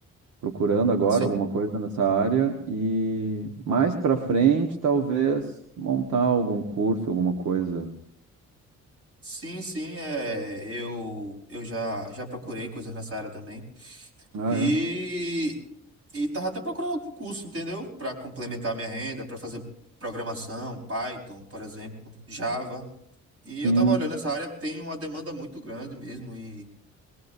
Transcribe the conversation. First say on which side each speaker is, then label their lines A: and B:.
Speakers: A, on the right; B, on the right.
A: procurando agora
B: Si-
A: alguma coisa nessa área e mais para frente talvez montar algum curso, alguma coisa.
B: Sim, sim, é, eu, eu já, já procurei coisas nessa área também.
A: Ah,
B: E,
A: é.
B: e tava até procurando algum curso, entendeu? Para complementar minha renda, para fazer programação, Python, por exemplo, Java. E
A: Sim.
B: eu tava olhando essa área, tem uma demanda muito grande mesmo e,